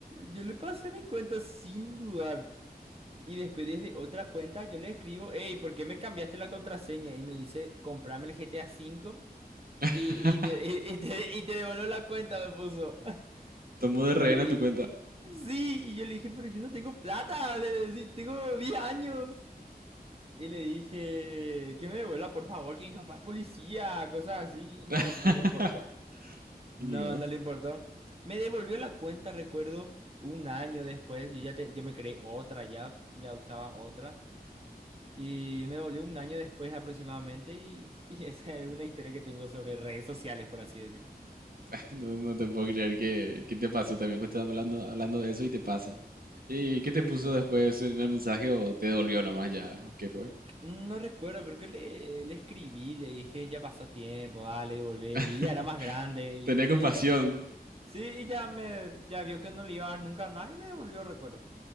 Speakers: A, on the right; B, on the right.
A: yo le pasé mi cuenta sin dudar. Y después desde otra cuenta yo le escribo, hey, ¿por qué me cambiaste la contraseña? Y me dice, comprame el GTA V
B: <laughs>
A: y, y te, <laughs> y- y te, y te devuelvo la cuenta, me puso. <laughs>
B: Tomó de rehén
A: Y yo le
B: a tu
A: dije,
B: cuenta.
A: sí, y yo le dije, pero yo no tengo plata, le decí, tengo 10 años. Y le dije, que me devuelva, por favor, que mi papá es policía, cosas así. Y
B: <laughs>
A: no, no le importó. No,
B: Y bueno,
A: no le importó. Me devolvió la cuenta, recuerdo, un año después. Yo ya, te- ya me creé otra, ya, ya usaba otra. Y me devolvió un año después aproximadamente. Y, y <laughs> esa es una historia que tengo sobre redes sociales, por así decir.
B: <laughs> no, no te puedo creer que, que te pasó también, que estás hablando, hablando de eso y te pasa. ¿Y qué
A: Sí,
B: te puso después en el mensaje o te dolió nomás ya? ¿O ¿Qué fue?
A: no recuerdo, creo que le, le escribí, le dije, ya pasó tiempo, dale, devolveme.
B: <laughs>
A: Yo ya era más grande y,
B: Tené compasión.
A: y sí, y ya me ya vio que no le iba a dar nunca nada y me devolvió, recuerdo.